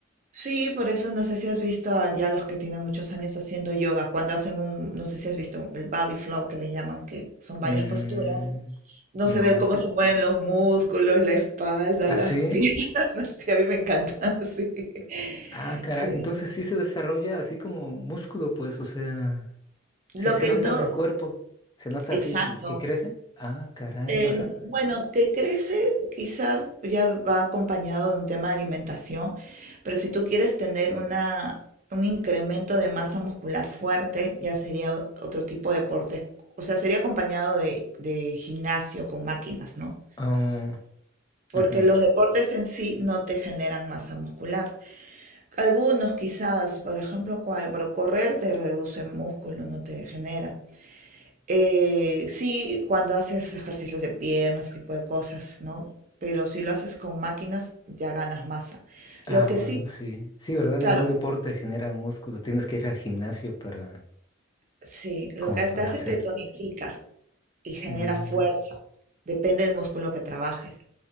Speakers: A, on the right; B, on the left.
A: Sí, por eso no sé si has visto a ya los que tienen muchos años haciendo yoga, cuando hacen un, no sé si has visto un- el body flow que le llaman, que son varias
B: Mm,
A: posturas, no
B: no.
A: se ve cómo se Ujú. mueven los músculos, la espalda,
B: ¿Ah,
A: las
B: sí?
A: piernas. <laughs> Sí, a mí me encanta, <laughs> sí.
B: Ah, caray.
A: Sí,
B: Entonces sí se desarrolla así como músculo, pues, o sea, sí
A: lo
B: se
A: que
B: nota
A: no,
B: en el cuerpo. Se nota
A: exacto.
B: así que crece. Ah, caray,
A: Eh,
B: no sé.
A: bueno, que crece quizás ya va acompañado de un tema de alimentación, pero si tú quieres tener una, un incremento de masa muscular fuerte, ya sería o- otro tipo de deportes, o sea, sería acompañado de, de gimnasio con máquinas, ¿no?
B: Ah,
A: Porque
B: ujú.
A: los deportes en sí no te generan masa muscular. Algunos quizás, por ejemplo, ¿cuál? Pero correr te reduce músculo, no te genera. Eh, sí, cuando haces ejercicios de piernas, ese tipo de cosas, ¿no? Pero si lo haces con máquinas, ya ganas masa.
B: Ah,
A: Lo que
B: bueno,
A: sí,
B: sí. Sí, ¿verdad?
A: claro,
B: Ningún deporte genera músculo. Tienes que ir al gimnasio para,
A: sí, lo
B: como
A: que hasta
B: para
A: hace
B: hacer.
A: te tonifica y genera
B: Mm,
A: fuerza. Depende del músculo que trabajes.